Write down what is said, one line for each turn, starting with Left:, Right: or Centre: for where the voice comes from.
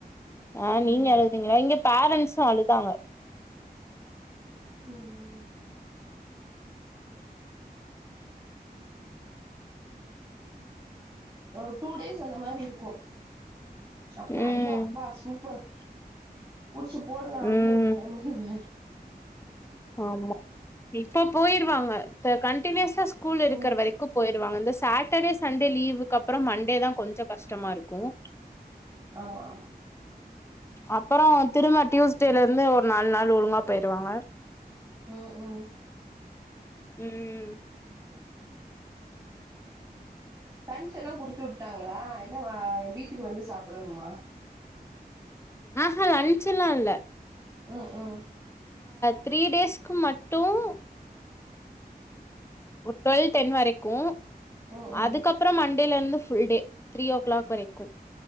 Left: ஆ நீங்க
Right: ம்
Left: அழுதீங்களா இங்க பேரன்சு அழுதாங்க
Right: உம் உ டூ டேஸ் அந்த மாரி இருக்கும் அப்புற
Left: ம்
Right: ஐயா அப்பா சூப்பர் புடிச்சு போடுங்கடா
Left: ம்
Right: உள்ள அப்படிங்கிற மாதிரி வ
Left: ஆமா இப்போ போயிருவாங்க கண்டினியூஸா ஸ்கூல் இருக்கற
Right: ம்
Left: வரைக்கு போயிருவாங்க இந்த சாட்டடே சண்டே லீவுக்கு அப்புறம் மண்டே தான் கொஞ்சம் கஷ்டமா இருக்கும்
Right: ஆமா ஆமா
Left: அப்புரோ திரும்ப டியூஸ்டேல இருந்து ஒரு நாலு நாள் ஒழுங்கா போயிருவாங்க
Right: உம் உம்
Left: உம்
Right: லஞ்ச் எல்லா குடுத்து விட்டாங்களா இல்ல வா என் வீட்டுக்கு வந்து சாப்பிடணுமா
Left: ஆ ஹா லன்ச்சல்லா இல்ல
Right: உம் உம்
Left: த்ரீ டேஸ்க்கு மட்டும் டுவெல் டென் வரைக்கும்
Right: ம் ம்
Left: அதுக்கப்பு அப்புறம் மண்டேல இருந்து full day three o'clock வரைக்கும்